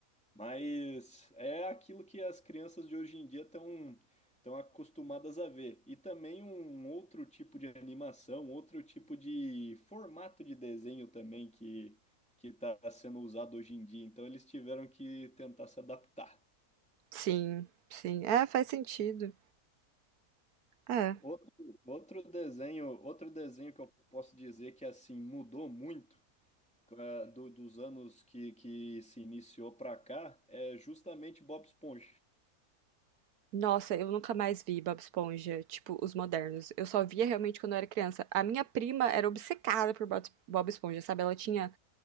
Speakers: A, in the centre; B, on the right.
A: mas é aquilo que as crianças de hoje em dia estão estão acostumadas a ver. E também um um outro tipo de animação, outro tipo de formato de desenho também que que está sendo usado hoje em dia. Então eles tiveram que tentar se adaptar.
B: Sim, sim. É, faz sentido. É.
A: Outro, outro desenho, outro desenho que eu posso dizer que assim mudou muito eh, do- dos anos que, que se iniciou para cá é justamente Bob Esponja.
B: Nossa, eu nunca mais vi Bob Esponja, tipo, os modernos. Eu só via realmente quando eu era criança. A minha prima era obcecada por Bob Bob Esponja, sabe? Ela tinha